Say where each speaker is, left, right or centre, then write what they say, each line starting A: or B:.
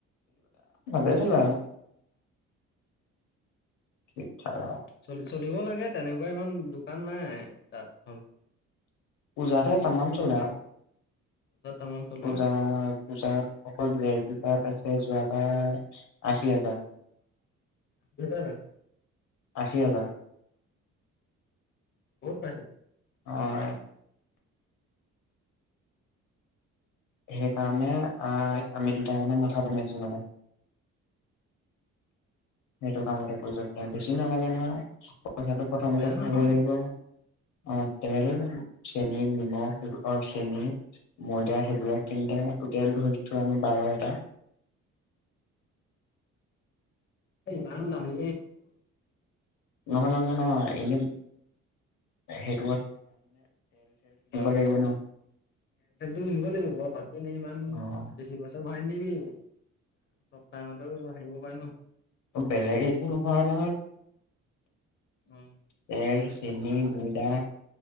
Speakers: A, on the left; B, on the left.
A: ভছ ল ঠিক ঠাক
B: চলি চলিব লাগে তেনেকুৱা ইমান দোকান নাই তাত ভলপ
A: পজাদাত তামাম চলে আৰু
B: তাত তামাম চলে
A: পূজা
B: অ
A: পূজাত সকলে পোজাত আছে যোৱাবাৰ আশী হাজাৰ
B: দুহেজাৰ পাইছে,
A: আ <inaudible>
B: বহুত পাইছে
A: অ সেইকাৰণে আহ আমি দুটাই মে মাথাটোমাৰিছো মানে এইেইটো কামতে কৰি দৰকাৰ বে নালাগে ন পইচাটো প্ৰথমতে
B: বেয়া
A: ভৰাব
B: নহয়
A: লাগিব আহ তেল চেনি নিমখব চেনি ময়দা সেইবিলাক কিনোতে টোটেল ধৰিছো আমি বাৰ এটা
B: নান নামি
A: নহলে ন নহয় এনে সেই
B: তেল
A: লাগিব ন।
B: তেলতো নিিলিব লাগিব বাৰু ভাজি নি ইমান
A: অ',
B: বেছি পইছা ভৰা নি বি সপ্তাহ মতো হ হয় নো
A: বেলেগে কোনো ভোৱা নহয়
B: উম
A: তেল চেনি ময়দা